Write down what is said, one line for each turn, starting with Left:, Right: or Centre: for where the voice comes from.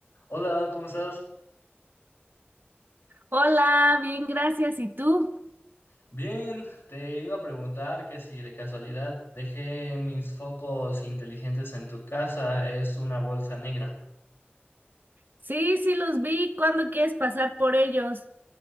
Left: Hola, ¿cómo estás?
Right: Hola, bien, gracias. ¿Y tú?
Left: Bien, te iba a preguntar que si de casualidad dejé mis focos inteligentes en tu casa, es una bolsa negra.
Right: Sí, sí, los vi. ¿Cuándo quieres pasar por ellos?